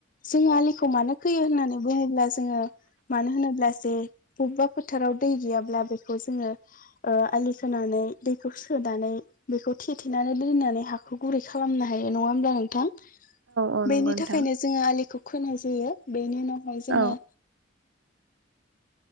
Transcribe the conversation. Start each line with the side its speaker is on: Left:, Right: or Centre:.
Left: जोङो आलिखौ मानो खोयो होननानै बुङोब्ला जोङो मानो होनोब्ला जे बबेबा फोथाराव दै गैयाब्ला बेखौ जोङो आलि खोनानै दैखौ सोनानै बेखौ थेथेनानै दोननानै हाखौ गुरै खालामनो हायो, नङा होमब्ला नोंथां?
Right: औ नंगौ
Left: बेनि
Right: नोंथां
Left: थाखायनो जोङो आलिखौ खोनाय जायो बेनि उनावहाय जोङो
Right: औ